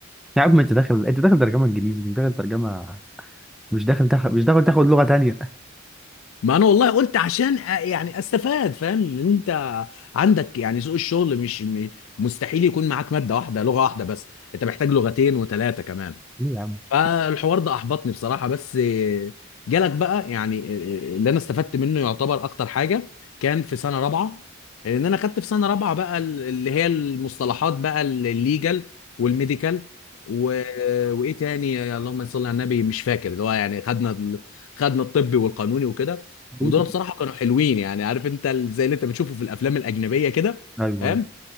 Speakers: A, in the centre; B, on the left.
A: يا عم انت داخل انت داخل ترجمة انجليزي مش داخل ترجمة مش داخل تاخد مش داخل تاخد لغة تانية <laughs>
B: ما انا والله قلت عشان أ- يعني استفاد فاهم ان انت عندك يعني سوق الشغل مش م- مستحيل يكون معاك ماده واحده لغه واحده بس انت محتاج لغتين وثلاثه كمان
A: ليه يا عم
B: فالحوار
A: شيء
B: ده احبطني بصراحه بس جالك بقى يعني اللي انا استفدت منه يعتبر اكتر حاجه كان في سنه رابعه لان انا خدت في سنه رابعه بقى اللي هي المصطلحات بقى الليجل والميديكال و... وايه تاني اللهم صل على النبي مش فاكر اللي هو يعني خدنا ال- خدنا الطبي والقانوني وكده
A: بوليتيك
B: ودول بصراحه كانوا حلوين يعني عارف انت ال- زي اللي انت بتشوفه في الافلام الاجنبيه كده
A: ايوه
B: فاهم
A: ايوه